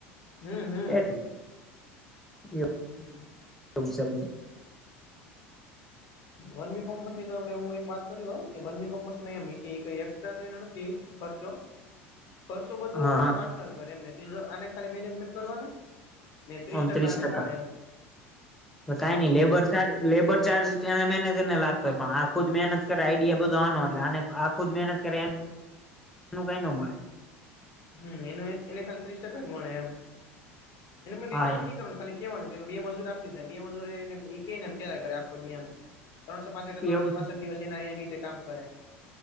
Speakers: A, on the left (about 50°); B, in the centre.
A: હમ હમ
B: એટલે એ
A: <inaudible>
B: બું-
A: વનમી કોમ્પસ ની તો આપડે હું એક વાત કરીલો કે વનમી કોમ્પસ માં એમ એકક્સ્ટ્રા તો એ નથી ખર્ચો ખર્ચો બધોય
B: હા હા
A: એ પાર્ટનર કરે એમને ત્રીજો આને ખાલી મેનેજમેન્ટ કરવાનું ને ત્રીસ
B: ઓત્રીસ
A: આને
B: ટકા
A: મળે એમ હા
B: કઈ નઈ લેબર લેબર ચાર્જને મહેનજર ને લાગતો હો પણ આખુ જ મહેનત કરે આઈડિયા બધો આનો એટલે આ આખું જ મહેનત કરે કઈ ન મળે
A: હમ એનું એને ખાલી ત્રીસ ટકા જ મળે એમ એને પણ
B: હા
A: કઈ કામ
B: એમ
A: નહી કરવા ખાલી કેવાનુંને બે મજૂર આપ દીધાય બે મજૂરી એનેને એમ કેેખોદિ એમ ત્રણસો પાસઠ ત્રણસો
B: એવું છે
A: પાસઠ દિવસ એના એનીચે કામ કરે